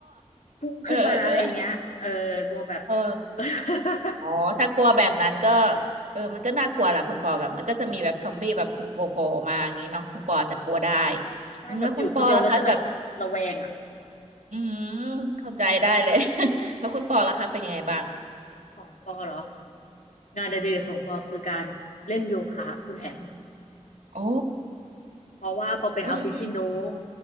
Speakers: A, on the left; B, on the right.
A: พุ่งขึ้นมาอะไรอย่างเงี้ยเออกลัวแบบ
B: เออเออเออเออ
A: <laughs>
B: อ๋อ ถ้ากลัวแบบนั้นก็เออมันก็น่ากลัวแหละคุณปอแบบมันก็จะมีแบบซอมบี้แบบโผล่โผล่มาอย่างนี้เนาะคุณปออาจจะกลัวได้
A: ได้แบบอยู่คนเดียวแล้วจะแบบระแวงอ่ะ
B: อืมแล้วคุณปอล่ะคะแบบอืมเข้าใจได้เลย <laughs> แล้วคุณปอล่ะคะเป็นยังไงบ้าง
A: ของปอเหรองานอดิเรกของปอคือการเล่นโยคะคุณแอม
B: โอ้
A: เพราะว่าปอเป็นออฟฟิศซินโดรม
B: อืมอม